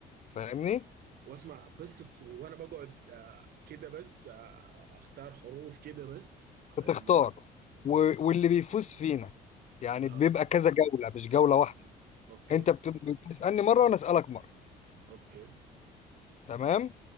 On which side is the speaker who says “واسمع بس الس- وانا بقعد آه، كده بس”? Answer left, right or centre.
Right